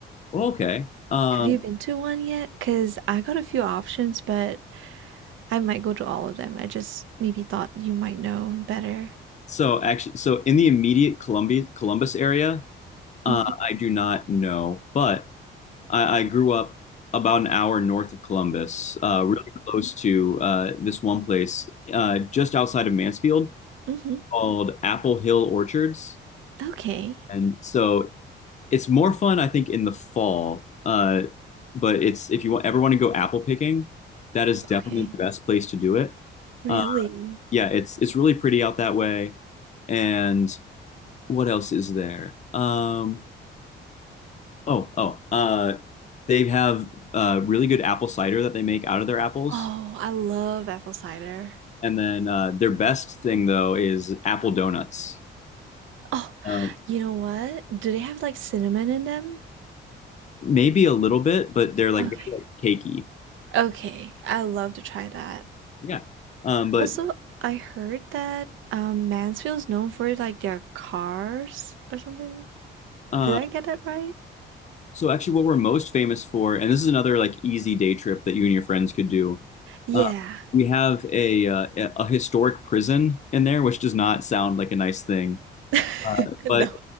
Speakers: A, on the left (about 35°); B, on the right (about 80°).
A: Oh, okay. Um,
B: Have you been to one yet? Because I got a few options, but I might go to all of them. I just maybe thought you might know better.
A: so actually, so in the immediate Columbia Columbus area, uh,
B: Mm-hmm.
A: I do not know, but. I, I grew up about an hour north of Columbus, uh, really close to uh, this one place uh, just outside of Mansfield
B: Mm-hmm.
A: called Apple Hill Orchards.
B: Okay,
A: And so it's more fun, I think, in the fall. Uh, but it's if you ever want to go apple picking, that is
B: Yeah.
A: definitely
B: okay.
A: the best place to do it.
B: Really?
A: Uh, yeah, it's it's really pretty out that way. And what else is there? Um, Oh, oh. Uh, they have uh, really good apple cider that they make out of their apples.
B: Oh, I love apple cider.
A: And then uh, their best thing, though, is apple donuts.
B: Oh,
A: Uh,
B: you know what? Do they have like cinnamon in them?
A: maybe a little bit, but they're like
B: Okay.
A: very like cakey.
B: Okay. I love to try that.
A: Yeah. Um, but
B: Also, I heard that um, Mansfield's known for like their cars or something.
A: uh,
B: Did I get that right?
A: so actually, what we're most famous for, and this is another like easy day trip that you and your friends could do.
B: Yeah.
A: Uh, we have a uh, a historic prison in there, which does not sound like a nice thing.
B: <laughs>
A: Uh, but
B: No.